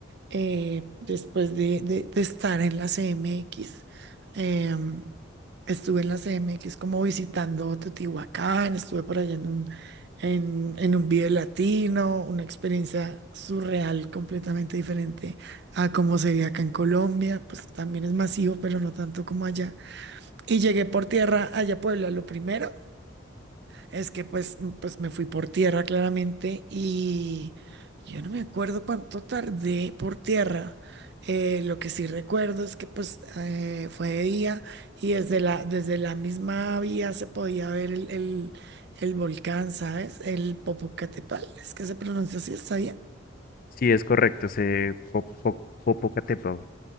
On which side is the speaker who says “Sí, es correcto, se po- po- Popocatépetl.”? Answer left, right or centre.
Left